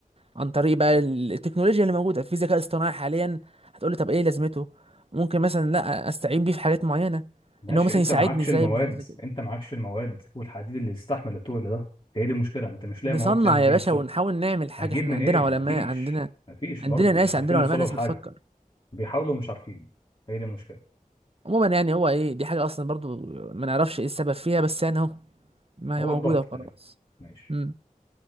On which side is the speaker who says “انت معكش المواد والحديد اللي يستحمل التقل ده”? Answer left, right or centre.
Left